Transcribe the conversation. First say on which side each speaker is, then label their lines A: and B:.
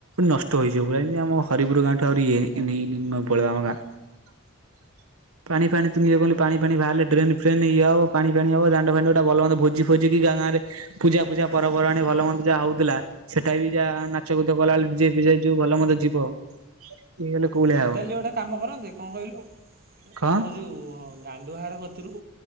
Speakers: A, on the right; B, on the right.
A: ନଷ୍ଟ ହେଇଯିବ ପୁରା ଯେମିତି ଆମ ହରିପୁରୁ ଗାଁଠୁ ଆହୁରି ଇଏ ନି ନିମାପଡ଼ା ଆମ ଗାଁ। <inaudible> ପାଣି ଫାନି ତୁ ନିଜେ କହୁନୁ ପାଣି ଫାନି ବାହାରିଲେ ଡ୍ରନ୍ ଫେନ୍ ଇଏ ହବ ପାଣି ଫେଣ ହବ ଦାଣ୍ଡ ଫାଣ୍ଡ ଗୋଟେ ଭଲ ମନ୍ଦ ଭୋଜି ଫୋଜି କି ତାଙ୍କ ଗାଁରେ ପୂଜା ଫୁଜା ପର୍ବ ପର୍ବାଣି ଭଲ ମନ୍ଦ ଯାହା ହଉଥିଲା। ସେଟାବି ଯା ନାଚ କୁଦ କଲାବେଳକୁ ଡିଯେ ପିଯେ ଯାଉ ଭଲ ମନ୍ଦ ଯିବ ଏଗଲେ କୋଭଳିଆ
B: ଟୋଟାଲି
A: ହବ।
B: ଗୋଟେ କାମ କରନ୍ତି କଣ କହିଲୁ
A: କଣ
B: ଆମ ଯୋଉ ଗାଣ୍ଡୁ ହର କତିରୁ